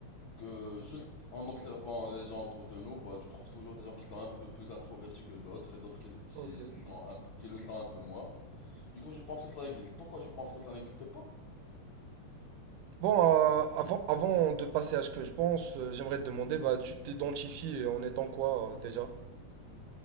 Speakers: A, on the left; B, on the right.
A: que juste en observant les gens autour de nous, bah, tu trouves toujours des gens qui sont un peu plus introvertis que d'autres et d'autres qui, qui
B: Ok.
A: sont un, p- qui le sont un peu moins. Du coup, je pense que ça existe. Pourquoi je pense que ça n'existe pas?
B: Bon, euh, avant, avant de passer à ce que je pense, euh, j'aimerais te demander, bah, tu t'identifies en étant quoi euh, déjà?